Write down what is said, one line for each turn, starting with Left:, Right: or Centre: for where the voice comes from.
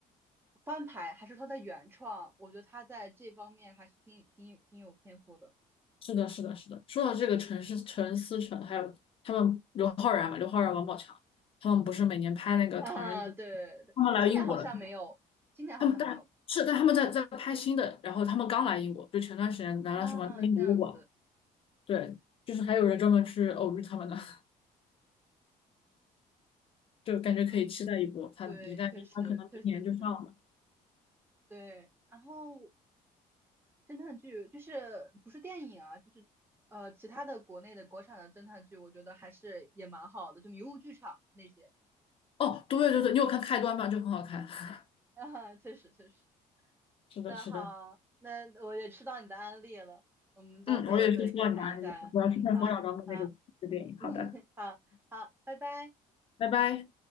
Right: 翻拍，还是他的原创，我觉得他在这方面还是挺挺挺有天赋的
Left: 是的，是的，是的。说到这个陈思陈思诚，还有他们刘昊然嘛，刘昊然、王宝强，他们不是每年拍那个《唐人街》，
Right: 啊。对对，
Left: 他们来英国了。
Right: 今年好像没有，今年好像没有
Left: 他们但是但他们在在拍新的，然后他们刚来英国，就前段时间来了什么大英博物馆，
Right: 啊，这样子
Left: 对，就是还有人专门去偶遇他们的，<laughs> 就感觉可以期待一波。
Right: 啊，
Left: 他一旦他可能明年就上了。
Right: 对，确实确实对。然后侦探剧就是不是电影啊，就是呃其他的国内的国产的侦探剧，我觉得还是也蛮好的，就迷雾剧场那些，
Left: 哦，对对对，你有看开端吗？就很好看。<laughs>
Right: <laughs> 啊，确实确实。
Left: 是的，
Right: 那好，
Left: 是的，
Right: 那我也吃到你的安利了，我们到时候对可以看一下，
Left: 嗯，我也是说到你那里了，我要去看冯小刚的那个那个电影。
Right: 嗯，好好，<laughs> 嗯，
Left: 好的，
Right: 好好，拜拜。
Left: 拜拜。